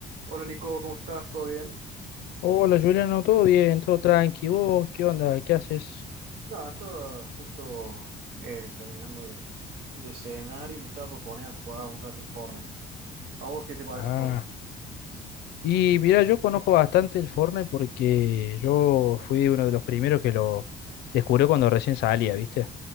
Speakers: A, on the right (about 75°); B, on the left (about 75°).
A: Hola Nico, ¿cómo estás? ¿Todo bien?
B: Hola Juliano, ¿no? todo bien, todo tranqui. ¿Vos qué onda? ¿Qué haces?
A: Nada, estaba justo eh, terminando de, de cenar y me estaba por poner a jugar un rato el Fortnite. ¿A vos qué te parece
B: Ah,
A: el Fortnite?
B: Y mira, yo conozco bastante el Fortnite porque yo fui uno de los primeros que lo descubrió cuando recién salía, ¿viste?